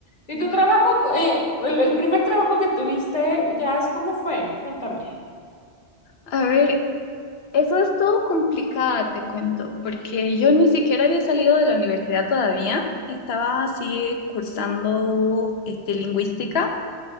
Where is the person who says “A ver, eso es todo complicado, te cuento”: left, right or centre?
Left